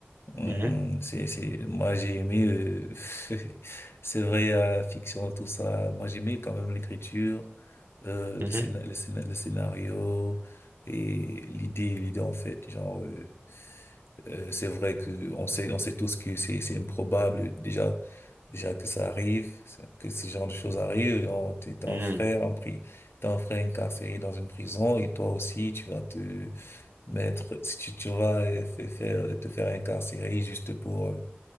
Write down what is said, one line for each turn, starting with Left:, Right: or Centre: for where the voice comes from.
Left: Hum,
Right: mhm,
Left: c'est, c'est, moi, j'ai aimé, euh, <laughs> c'est vrai, la fiction, tout ça. Moi, j'aimais quand même l'écriture, euh, le
Right: mhm,
Left: scéna- le scéna- le scénario et l'idée, l'idée, en fait. Genre, euh, euh, c'est vrai que on sait, on sait tous que c'est, c'est improbable. Déjà, déjà que ça arrive, ça- que ce genre de choses arrive. Genre, t'es t'as
Right: mhm,
Left: un frère, en pri- t'as un frère incarcéré dans une prison et toi aussi, tu vas te, Maître, si tu, tu vas euh, fai- faire, te faire incarcérer juste pour euh,